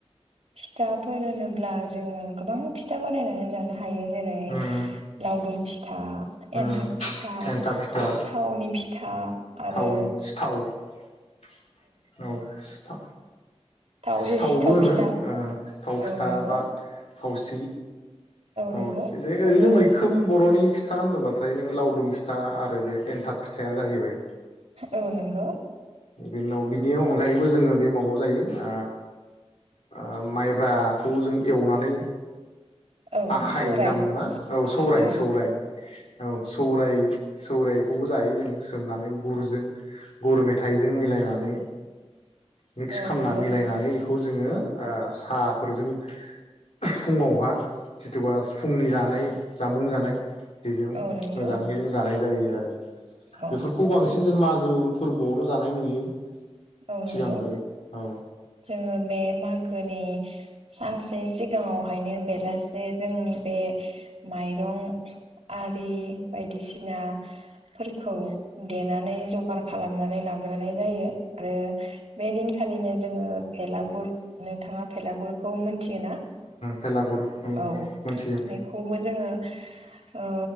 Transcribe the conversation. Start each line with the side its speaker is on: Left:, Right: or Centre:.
Right: फिथाफोर होनोब्ला जोङो गोबां फिथा बानायनानै जानो हायो जेरै
Left: उम
Right: लावदुम फिथा
Left: उम
Right: एन्थाब फिथा
Left: एन्थाब फिथा
Right: थावनि फिथा आरो
Left: थावनि सिथाव <inaudible> औ सिथाव
Right: थाव
Left: सिथावबो
Right: सिथाव
Left: होनो
Right: फिथा
Left: ओ सिथाव
Right: औ
Left: फिथा
Right: नंगौ
Left: बा थावसि औ
Right: नंगौ
Left: जे ओरैनो
Right: आरो
Left: मैखोम बर'नि फिथा होनोबाथाय नों लावदुम फिथा आरो बे एन्थाब फिथाइानो जाहैबाय
Right: औ नोंगौ
Left: बिना उनाव बेनि अनगायैबो जोङो बे माबाव जायो ओ ओ माइब्राखौ जों एवनानै
Right: औ
Left: आखाइ
Right: सौराय
Left: होनना बुङो ना औ सौराय
Right: आखाइ
Left: सौराय औ सौराय सौरायखौबो जायो जों सोमनानै गुरजों गुर मेथाइजों मिलायनानै मिक्स
Right: औ
Left: खामना
Right: नंगौ
Left: मिलायनानै खौ जोङो ओ साफोरजों फुङावहा जिथुबा फुंनि जानाय जामुं जानाय बेजों
Right: औ नंगौ
Left: मोजाङै जों जानाय जायो आरो
Right: औ
Left: बेफोरखौ बांसिन जों मागो फोरबो आवल जानाय नुयो।
Right: औ नोंगौ
Left: सिगांग्रो औ
Right: जोङो बे मा गोनि सानसे सिगाङाव हायनो बेलासे जोंनि बे माइरं आरि बायदि सिना फोरखौ देनानै जगार खालामनानै लाग्रोनाय जायो। आरो बे दिनखालिनो जोङो भेलागुर नोंथाङा भेलागुरखौ मोनथियो ना?
Left: बेलागुर नंगौ
Right: औ
Left: मोनथियो
Right: बेखौबो जोङो ओ